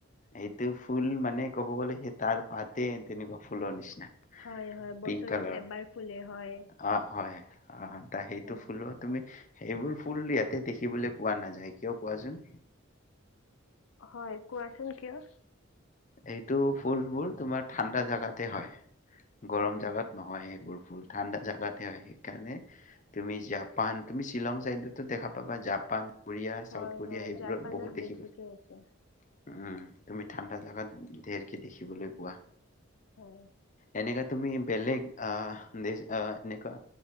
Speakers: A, on the left; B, on the left.
A: এইটো ফুল মানে ক'ব গ'লে সেই তাৰ পাতে তেনেকুৱা ফুলৰ নিচিনা।
B: হয় হয়
A: পিংক
B: বছৰত
A: কালাৰ
B: এবাৰ ফুলে হয়।
A: অ হয় অ। সেইটো
B: হয়
A: ফুলো তুমি, সেইবোৰ ফুল ইয়াতে দেখিবলৈ পোৱা নাযায়। কিয় কোৱাচোন?
B: হয় কোৱাচোন কিয়?
A: এইটো ফুলবোৰ তোমাৰ ঠাণ্ডা জাগাত। হয় গৰম
B: অ
A: জোগাত
B: অ
A: নহয় সেইবোৰ ফুল ঠাণ্ডা জাগাতে হয় সেই, সেইকাৰণে তুমি জাপান তুমি শ্বিলং চাইডতো দেখা পাবা জাপান। কোৰিয়া
B: হয়
A: চাউথ কোৰিয়া
B: হয়
A: সেইবোৰত
B: জাপানত
A: বহুত
B: বেছিকে
A: দেখিব উ,
B: আছে
A: তুমি ঠাণ্ডা জাগাত, ঢেৰকে দেখিবলৈ পোৱা।
B: হয়।
A: এনেকা তুমি বেলেগ আহ, এনেুৱা